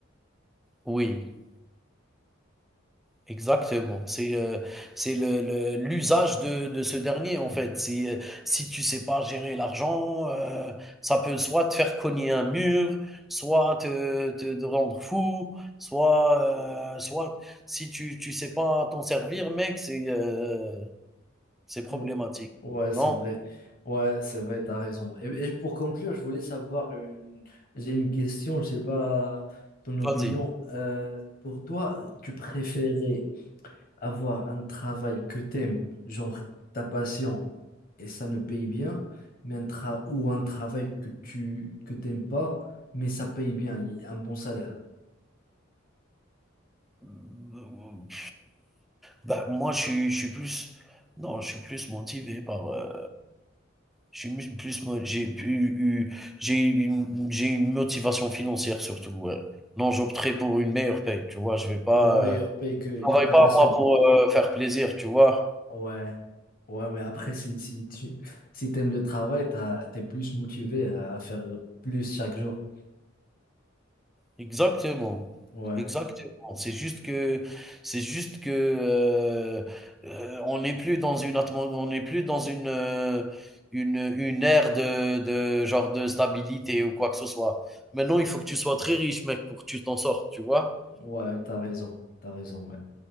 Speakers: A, in the centre; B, on the left.
A: Oui. Exactement. C'est euh, c'est le le l'usage de de ce dernier en fait. Si, heu, si tu sais pas gérer l'argent, heu, ça peut soit te faire cogner un mur, soit te te te rendre fou, soit, heu, soit si tu tu sais pas t'en servir mec, c'est, heu, c'est problématique.
B: Ou- Ouais,
A: Non?
B: c'est vrai. Ouais, c'est vrai, t'as raison. Et, et pour conclure, je voulais savoir une... j'ai une question, je sais pas ton opinion.
A: Vas-y.
B: Euh, pour toi, tu préférais avoir un travail que t'aimes, genre ta passion, et ça ne paye bien, mais un tra... ou un travail que tu que t'aimes pas, mais ça paye bien, il y a un bon salaire,
A: Mmh, bah, moi je suis je suis plus non, je suis plus motivé par, heu J'ai mu- plus, mo- j'ai pu- eu, j'ai une, j'ai une motivation financière surtout. ouais. Non, j'opterai pour une meilleure paye, tu vois. Je vais pas,
B: pour une
A: euh,
B: meilleure paye que,
A: je travaille
B: que ta
A: pas
B: passion.
A: moi pour euh, faire plaisir, tu vois.
B: Ouais, ouais, mais après, si, si tu si t'aimes le travail, t'as, t'es plus motivé à faire plus chaque jour.
A: Exactement,
B: Ouais,
A: exactement. C'est juste que, c'est juste que, euh, euh, on n'est plus dans une atmo- on n'est plus dans une, euh, une, une ère de, de genre de stabilité ou quoi que ce soit. Maintenant, il faut que tu sois très riche, mec, pour que tu t'en sortes, tu vois.
B: ouais, t'as raison, t'as raison, ouais.